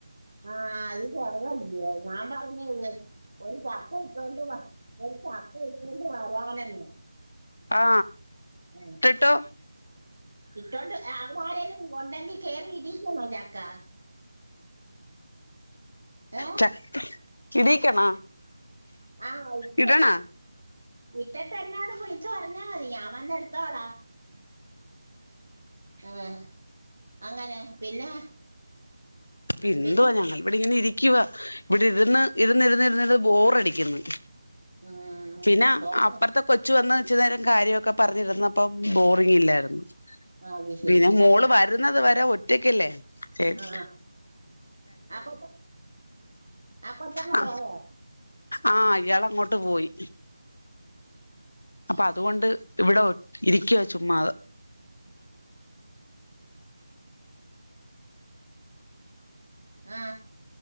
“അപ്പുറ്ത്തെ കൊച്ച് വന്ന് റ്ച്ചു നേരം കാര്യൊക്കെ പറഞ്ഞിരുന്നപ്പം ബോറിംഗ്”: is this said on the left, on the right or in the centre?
Left